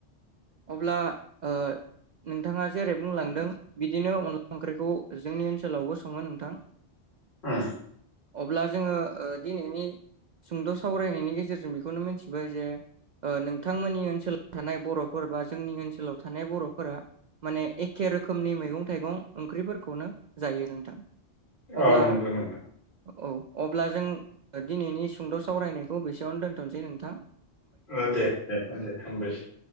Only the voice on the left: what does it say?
उम।
औ नंगौ नोंथां
औ दे दे दे हामबायसै।